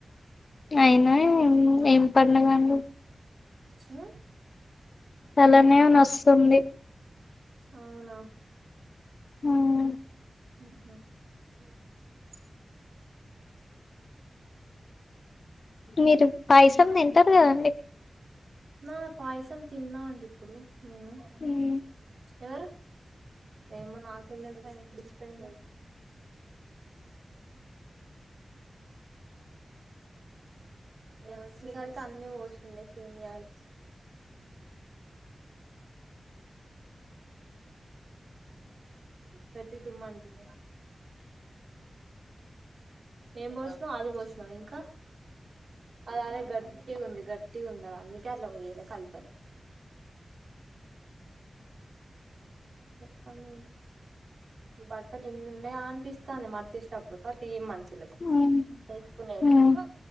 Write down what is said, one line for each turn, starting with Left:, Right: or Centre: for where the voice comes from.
Left: అయినాం ఏం పడిన కాగా నీ
Right: హ <unintelligible>
Left: తలనే నుస్తుంది
Right: అవునా
Left: హుమ్
Right: <unintelligible>
Left: మీరు పైసం తింటారు కదండి
Right: నా పాయసం తిన్నా అండి ఇప్పుడు నేను
Left: ఉమ్
Right: ఎవరు ఏమో నాకు టెల్సని ఆయన అప్పుడ్ ఇచి పోయిన మేము వచ్చేసరికే అన్ని పోతున్నాయి సేమియాలు పెట్టి దుమ్ము అంటింది ఏం పోషినావ్ ఆయిల్ పోషినావా ఇంకా అది అదే గట్టిగుంది గట్టిగుంది అది అందుకే అన్లా పోయిలే కల్పలే చెప్పండి ఇంకా బట్టలు ఇన్ని ఉన్నాయా అనిపిస్తాంది మర్చేసేటప్పుడు కాతే ఏం మంచి
Left: ఉమ్
Right: వేసుకునేటి
Left: ఉమ్
Right: హు